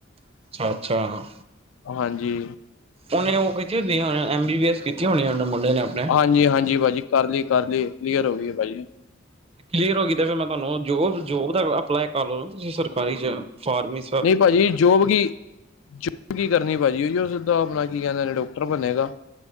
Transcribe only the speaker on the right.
ਅੱਛਾ ਅੱਛਾ
ਉਹਨੇ ਉਹ ਕੀਤੀ ਹੋ ਐਮ ਬੀ ਬੀ ਐਸ ਕੀਤੀ ਹੋਨੀ ਮੁੰਡੇ ਨੇ ਆਪਨੇ।
ਕਲੀਅਰ ਹੋ ਗਈ ਮੈਂ ਤੁਹਾਨੂੰ ਜੋਬ-ਜੋਬ ਦਾ ਅਪਲਾਈ ਕਰ ਲਓ ਸਰਕਾਰੀ ਚ ਫਾਰਸੀ